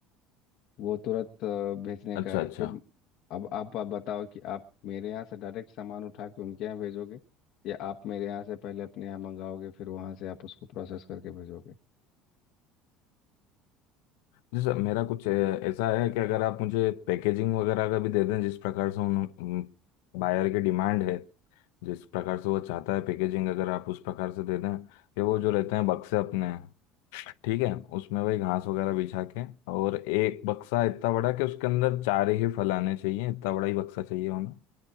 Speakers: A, on the left; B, on the left.
A: वो तुरंत अ, भेजने का
B: अच्छा
A: है
B: अच्छा
A: फिर अब आप आप बताओ कि आप मेरे यहाँ से डायरेक्ट सामान उठा के उनके यहाँ भेजोगे या आप मेरे यहाँ से पहले अपने यहाँ मंगाओगे फिर वहाँ से आप उसको प्रोसेस करके भेजोगे
B: जी सर मेरा कुछ अ, ऐसा है कि अगर आप मुझे पैकेजिंग वगैरह का भी दे दें जिस प्रकार से उन बायर की डिमांड है जिस प्रकार से वो चाहता है पैकेजिंग अगर आप उस प्रकार से दे दें कि वो जो रहते हैं बक्से अपने ठीक
A: जी
B: है उसमें वही घास वगैरह बिछा के और एक बक्सा इतना बड़ा कि उसके अंदर चार ही फल आने चाहिए इतना बड़ा ही बक्सा चाहिए होना